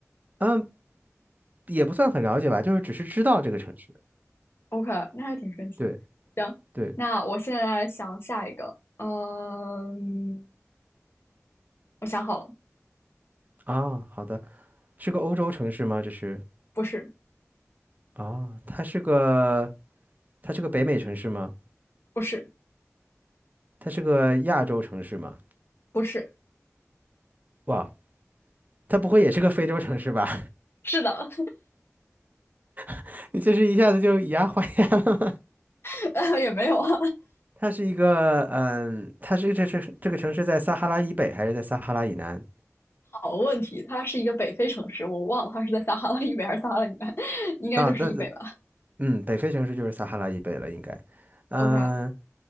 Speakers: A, on the right; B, on the left.
A: 嗯，也不算很了解吧，就是只是知道这个城市。
B: OK，那还挺神奇的。
A: 对对
B: 那我现在想下一个，嗯，我想好了，
A: 啊，好的，是个欧洲城市吗？这是
B: 不是，
A: 啊，它是个它是个北美城市吗？
B: 不是，
A: 它是个亚洲城市吗？
B: 不是，
A: 哇，它不会也是个非洲城市吧？
B: 是的，
A: <laughs> 你这是一下子就以牙还牙了吗
B: <laughs> 也没有啊
A: <laughs> 它是一个，嗯，它是这这这个城市在撒哈拉以北还是在撒哈拉以南？
B: 好问题，它是一个北非城市，我忘了它是在撒哈拉以北还是撒哈拉以南，<laughs> 应该就是以北吧。
A: 啊，那嗯，北非城市就是撒哈拉以北了，应该。嗯，
B: OK，